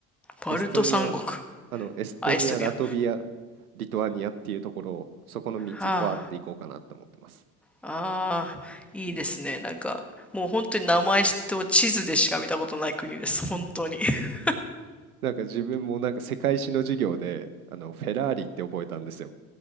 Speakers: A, in the centre; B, on the right.
A: バルト三国。
B: エストニア、あの、エストニア、
A: あ、エストニア。
B: ラトビア、
A: は
B: リトアニアっていうところを、そこの3つバーって行こうかなって思ってます。
A: あ。ああ、いいですね。なんか、もう本当に名前と地図でしか見たことない国です。本当に。<laughs>
B: なんか自分もなんか世界史の授業であのフェラーリって覚えたんですよ。